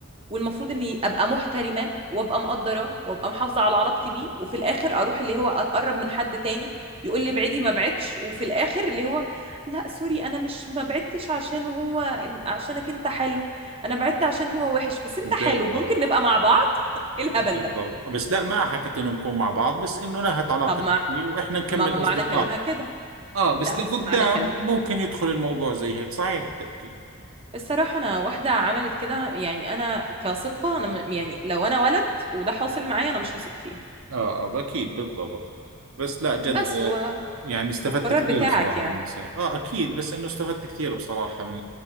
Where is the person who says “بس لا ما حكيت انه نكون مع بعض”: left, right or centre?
Right